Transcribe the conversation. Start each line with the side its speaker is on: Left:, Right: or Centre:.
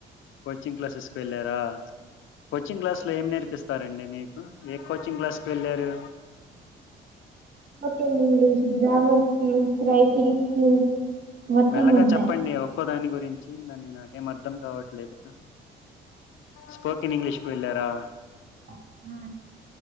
Left: కోచింగ్ క్లాసెస్కి వెళ్ళారా కోచింగ్ క్లాస్ లో ఏం నేర్ పిస్తారండి మీకు ఏం కోచింగ్ క్లాస్కి వెళ్ళారు
Right: spoken English grammar skills writing skills మొత్తం
Left: మెల్లగా
Right: ఉంటాయి
Left: చెప్పండి ఒక్కో దాని గురించి దాని నాకేం అర్ధం కావట్లేదు స్పోకన్ ఇంగ్లీష్ కు వెళ్ళారా
Right: ఉ